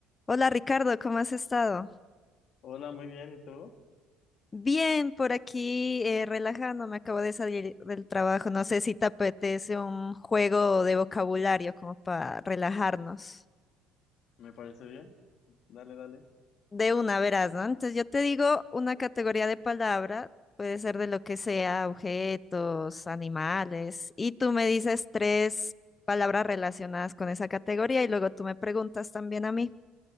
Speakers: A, on the left; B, on the left.
A: Hola Ricardo, ¿cómo has estado?
B: Hola, muy bien, ¿y tú?
A: Bien, por aquí eh, relajándome, acabo de salir del trabajo. No sé si te apetece un juego de vocabulario como para relajarnos.
B: ¿Me parece bien? Dale, dale.
A: De una, verás, ¿no? Entonces yo te digo una categoría de palabra, puede ser de lo que sea, objetos, animales, y tú me dices tres palabras relacionadas con esa categoría y luego tú me preguntas también a mí.